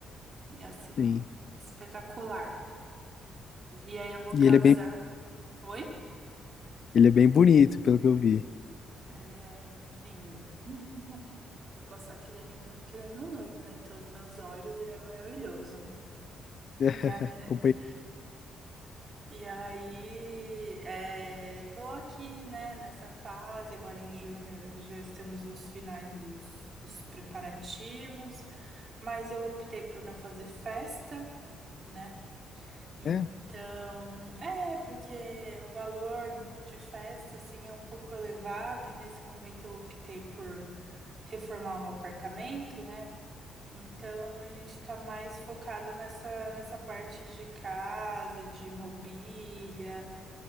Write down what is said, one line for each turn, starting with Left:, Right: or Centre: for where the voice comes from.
Right: Ele é, assim,
Left: sim.
Right: espetacular. E aí eu vou
Left: E
Right: casar.
Left: ele é bem,
Right: Oi?
Left: ele é bem bonito, pelo que eu vi.
Right: Ele é lindo. <laughs> Eu posso falar que ele é lindo porque ele é meu noivo, né? Então, os meus olhos, ele é maravilhoso.
Left: É,
Right: E aí, <laughs>
Left: acompanhei.
Right: e aí é, tô aqui, né, nessa fase, agora em junho já estamos nos finais dos, dos preparativos, mas eu optei por não fazer festa, né? Então,
Left: É,
Right: é, porque o valor de festa, assim, é um pouco elevado, e nesse momento eu optei por reformar o apartamento, né? Então a gente está mais focado nessa, nessa parte de casa, de mobília.